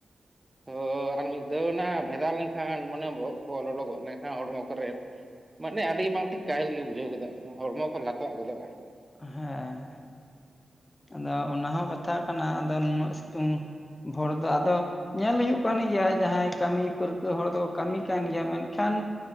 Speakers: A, on the right (about 20°); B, on the left (about 30°).
A: ᱛᱚ ᱟᱨ ᱢᱤᱫ ᱫᱷᱟᱣ ᱚᱱᱟ ᱵᱷᱮᱫᱟ ᱞᱮᱱᱠᱷᱟᱱ ᱢᱟᱱᱮ ᱵᱚᱦᱚᱜ ᱠᱚ ᱞᱚᱞᱚ ᱜᱚᱜ ᱞᱮᱱᱠᱷᱟᱱ ᱦᱚᱲᱢᱚ ᱠᱚᱨᱮ ᱢᱟᱱᱮ ᱟᱹᱰᱤ ᱵᱟᱝ ᱴᱷᱤᱠ ᱠᱟᱹᱦᱤᱞ ᱜᱮ ᱵᱩᱡᱷᱟᱹᱣ ᱜᱚᱫᱚᱜ ᱦᱚᱲᱢᱚ ᱠᱚ ᱞᱟᱛᱚᱟᱜ ᱜᱚᱫᱚᱜᱼᱟ
B: ᱦᱮᱸ ᱟᱫᱚ ᱚᱱᱟ ᱦᱚᱸ ᱠᱟᱛᱷᱟ ᱠᱟᱱᱟ ᱟᱫᱚ ᱱᱩᱱᱟᱹᱜ ᱥᱤᱛᱩᱝ ᱵᱷᱳᱨ ᱫᱚ ᱟᱫᱚ ᱧᱮᱞ ᱦᱩᱭᱩᱜ ᱠᱟᱱ ᱜᱮᱭᱟ ᱡᱟᱦᱟᱸᱭ ᱠᱟᱹᱢᱤ ᱯᱟᱹᱨᱠᱟᱹ ᱦᱚᱲ ᱫᱚ ᱠᱟᱹᱢᱤ ᱠᱟᱱ ᱜᱮᱭᱟ ᱢᱮᱱᱠᱷᱟᱱ